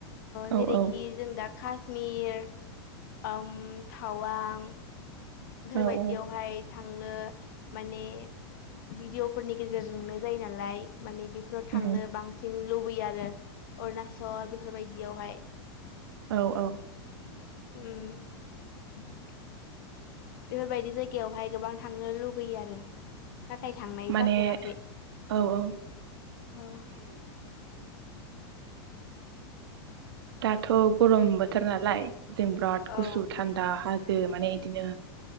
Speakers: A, on the left (about 45°); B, on the right (about 65°).
A: जेरैखि
B: औ औ
A: जों दा काश्मिर ओम थावां बेफोरबायदियावहाय
B: औ औ
A: थांनो माने भिडिअ'फोरनि गेजेरजोंनो जायो नालाय माने बेफोराव थांनो
B: उम
A: बांसिन लुबैयो आरो अरुणाचल बेफोरबायदियावहाय
B: औ औ
A: उम बेफोरबायदि जायगायावहाय गोबां थांनो लुगैयो आरो नाथाय थांनाय
B: माने
A: जाफेराखै
B: औ औ
A: औ।
B: दाथ' गरम बोथोर नालाय जों बिराद
A: औ
B: गुसु थान्दा हाजो माने बिदिनो